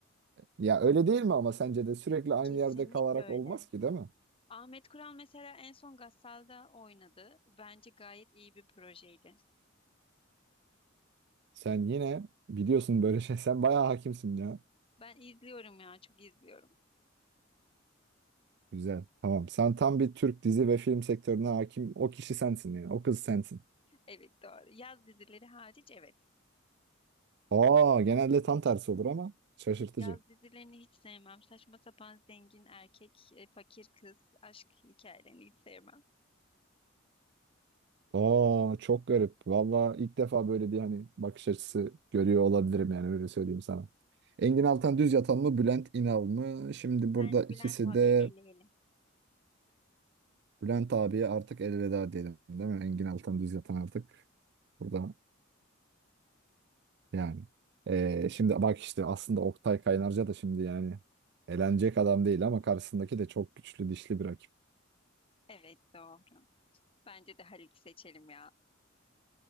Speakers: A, on the right; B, on the left.
A: Ya öyle değil mi ama sence de sürekli aynı
B: Kesinlikle
A: yerde kalarak
B: öyle.
A: olmaz ki değil mi?
B: Ahmet Kural mesela en son Gassal'da oynadı. Bence gayet iyi bir projeydi.
A: Sen yine biliyorsun böyle şey. Sen bayağı hakimsin ya.
B: Ben izliyorum ya, çok izliyorum.
A: Güzel. Tamam. Sen tam bir Türk dizi ve film sektörüne hakim. O kişi sensin yani. O kız sensin.
B: Evet doğru. Yaz dizileri hariç evet.
A: Aa genelde tam tersi olur ama şaşırtıcı.
B: Yaz dizilerini hiç sevmem. Saçma sapan zengin erkek, e, fakir kız, aşk hikayelerini hiç sevmem.
A: Aa çok garip. Valla ilk defa böyle bir hani bakış açısı görüyor olabilirim yani öyle söyleyeyim sana. Engin Altan Düz Yatan mı Bülent İnal mı? Şimdi burada
B: Bence
A: ikisi
B: Bülent abiyi
A: de
B: eleyelim.
A: Bülent abiye artık elveda diyelim değil mi? Engin Altan Düz Yatan artık burada yani. Ee, şimdi bak işte aslında Oktay Kaynarca da şimdi yani elenecek adam değil ama karşısındaki de çok güçlü dişli bir rakip.
B: Evet doğru. Bence de Halit seçelim ya.